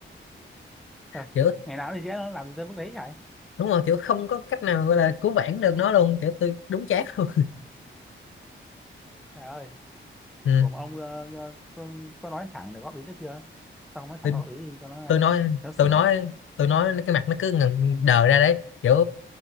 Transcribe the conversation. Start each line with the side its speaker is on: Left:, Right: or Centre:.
Centre: Ờ,
Left: kiểu
Centre: ngày nào thì chứ nó làm gì tới mức đấy chạy
Left: đúng rồi kiểu không có cách nào gọi là cứu vãn được nó luôn kiểu tôi đúng chát luôn
Centre: trời ơi
Left: <laughs> ừ.
Centre: cùng ông ờ, ờ, có, có nói thẳng để góp ý nữa chưa xong mới thẳng
Left: Tôi
Centre: góp ý cho nó ấy
Left: tôi nói
Centre: nó sửa
Left: tôi nói tôi nói cái mặt nó cứ ngần đờ ra đấy kiểu